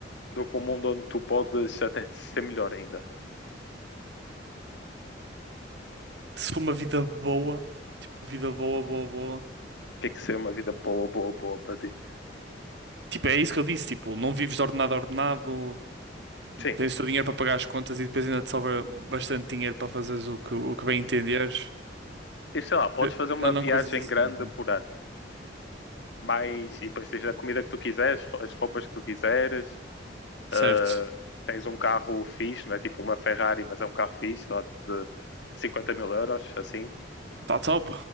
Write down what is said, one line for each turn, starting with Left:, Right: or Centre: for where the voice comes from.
Left: do que um mundo onde tu podes até ser melhor ainda.
Right: Se for uma vida boa, tipo, vida boa, boa, boa.
Left: Tem que ser uma vida boa, boa, boa para ti.
Right: Tipo, é isso que eu disse, tipo, não vives de ordenado a ordenado,
Left: Sim.
Right: tens o teu dinheiro para pagar as contas e depois ainda te sobra bastante dinheiro para fazeres o que, o que bem entenderes.
Left: E sei lá, podes
Right: Eh,
Left: fazer uma
Right: Não,
Left: viagem
Right: não coisas assim.
Left: grande
Right: pronto.
Left: por ano. Mas, e depois tens a comida que tu quiseres, as roupas que tu quiseres,
Right: Certo.
Left: uh, tens um carro fixe, não é tipo uma Ferrari, mas é um carro fixe, sei lá, tipo de 50 mil euros, assim.
Right: Tá top.